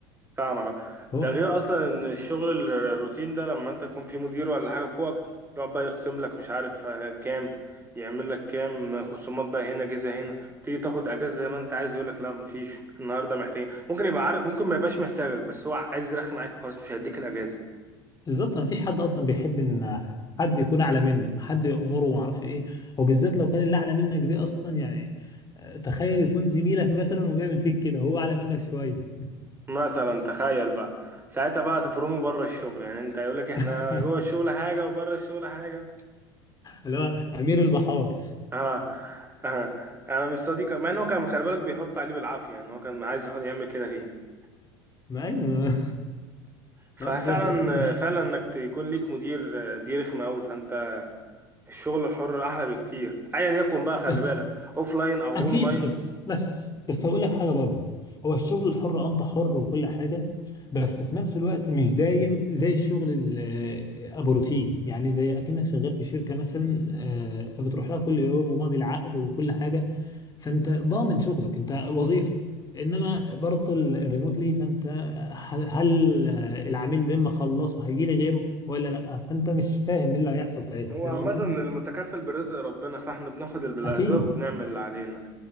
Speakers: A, on the right; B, on the left.
A: فاهمك
B: هو
A: ده غير اصلا ان الشغل ال- الروتين ده لما انت تكون في مدير ولا حاجة فوقك يقعد بقى يخصم لك مش عارف آه، كام يعمل لك كام خصومات بقى هنا جزء هنا تيجي تاخد اجازة زي ما انت عايز يقول لك لا مفيش النهاردة محتاجين ممكن يبقى عارف ممكن ما يبقاش محتاجك بس هو عايز يرخي معاك وخلاص مش هيديك الاجازة
B: بالظبط ما فيش حد اصلا بيحب ان حد يكون اعلى منه حد يأمره وما اعرفش ايه وبالذات لو كان اللي اعلى منك دي اصلا يعني آه، تخيل يكون زميلك مثلا وبيعمل فيك كده هو اعلى منك شويه
A: مثلا تخيل بقى ساعتها بقى تفرموا بره الشغل يعني انت هيقول لك احنا
B: <laughs>
A: جوه الشغل حاجة وبره الشغل حاجة
B: اللي هو امير البحار
A: اه اه انا مش صديقه مع ان هو كان خلي بالك بيحط عليه بالعافيه يعني هو كان عايز يحط يعمل كده فيه
B: ما ايوه
A: ففعلا
B: <laughs> بس مش
A: فعلا انك تكون ليك مدير دي رخمه قوي فانت الشغل الحر احلى بكتير ايا يكن بقى خلي
B: بس
A: بالك اوف لاين او
B: اكيد
A: اون لاين
B: بس بس بس هقول لك حاجه برضه هو الشغل الحر انت حر وكل حاجه بس في نفس الوقت مش دايم زي الشغل ال- آه، ابو روتين يعني زي اكنك شغال في شركه مثلا آه، فبتروح لها كل يوم وماضي العقد وكل حاجه فانت ضامن شغلك انت وظيفه انما برضه ال- الريموتلي فانت ه- هل آه، العميل لما خلصه هيجي لي غيره ولا لا فانت مش فاهم ايه اللي هيحصل ساعتها
A: هو
B: فاهم
A: عامه
B: قصدي
A: المتكفل بالرزق ربنا فاحنا بناخد اللي بالاسباب
B: اكيد
A: وبنعمل اللي علينا